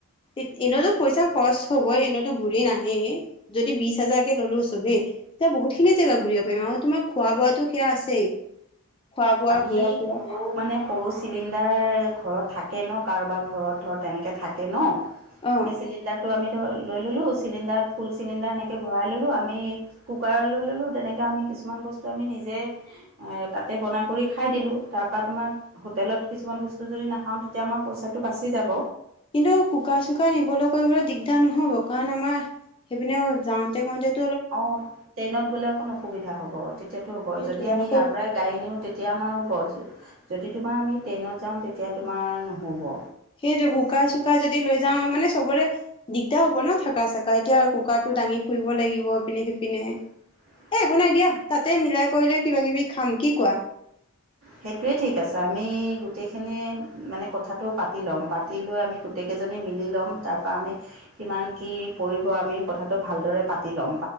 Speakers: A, on the left; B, on the right.
A: এনেওতো পইচা খৰচ হবই এনেতো ঘূৰি নাহে যদি বিশ হাজাৰকে ললো চবে তেতিয়া বহুতখিনি জেগা ঘূৰিব পাৰিম আৰু তোমাৰ খোৱা বোৱাতো সেয়া আছেই, খোৱা বোৱা
B: আমি
A: ঘূৰা ফুৰা
B: সৰু মানে সৰু চিলিণ্ডাৰ ঘৰত থাকে ন কাৰোবাৰ ঘৰত ধৰ তেনেকৈ থাকে ন
A: অ
B: সেই চিলিণ্ডাৰ টো আমি লৈ ললো চিলিণ্ডাৰত ফুল চিলিণ্ডাৰ এনেকে ভৰাই ললো আমি কুকাৰ লৈ ললো তেনেকে আমি কিছুমান বস্তু আমি নিজে তাতে বনাই কৰি খাই দিলোঁ তাৰপৰা তোমাৰ হোটেলত কিছুমান বস্তু যদি নাখাওঁ তেতিয়া আমাৰ পইচাটো বাচি যাব।
A: কিন্তু কোকাৰ চোকাৰ নিবলৈ কৰিবলৈ দিগদাৰ নহব কাৰণ আমাৰ সেইপিনে যাওঁতে কওঁতে
B: অ ট্ৰেইনত গ'লে অকণ অসুবিধা হ'ব তেতিয়াতটো হ'ব
A: সেইটোৱে
B: যদি আমি
A: আকৌ
B: ইয়াৰ পৰাই গাড়ী নিওঁ, তেতিয়া আমাৰ হ'ব যদি তোমাৰ আমি ট্ৰেইনত যাওঁ তেতিয়া তোমাৰ নহ'ব
A: সেইটোৱে কুকাৰ চুকাৰ যদি লৈ যাওঁ মানে চবৰে দিগদাৰ হব ন থকা চকা এতিয়া কুকাৰটো, দাঙি ফুৰিব লাগিব ইপিনে সিপিনে
B: উ
A: এ একো নাই দিয়া তাতে মিলাই কৰিলৈ কিবা কিবি খাম কি কোৱা?
B: সেইটোৱে ঠিক আছে আমি গোটেইখিনি মানে কথাটো পাতি ল'ম পাতি লৈ আমি গোটেই কেই জনী মিলি লম তাৰপৰা আমি কিমান কি পৰিব আমি কথাটো ভালদৰে পাতি লম